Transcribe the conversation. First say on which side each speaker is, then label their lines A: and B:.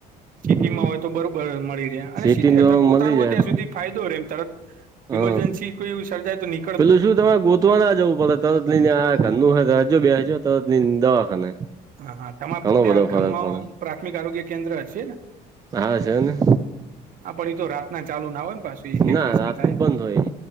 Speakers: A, on the right; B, on the right.
A: સીટી
B: હમ
A: માં હોય તો બરોબર મળી અને
B: સિટીમાં
A: સિટી અતાર પોતાનું
B: મળી
A: હોય
B: જાય
A: ત્યાં સુધી ફાયદો રે એમ તરત
B: હ હ
A: ઈમરજન્સી કોઈ સર્જાય તો નીક
B: પેલું શું તમે ગો તો ના જવું પડે તરતલઈને આ ઘરનું હ રેજો બેજો તરત લિન દવાખાને
A: હા હા તમા
B: ઘણો
A: ત્યાં
B: બધો ફરક
A: ગામમાંમ
B: પડે
A: પ્રાથમિક આરોગ્ય કેન્દ્ર હશે ને?
B: હા, છે ને.
A: આ પડી તો રાત ના ચાલુ ના હો ને પાછ એ
B: ના
A: પ્રશ્ન
B: રાતનું
A: થાય
B: બંધ હોય.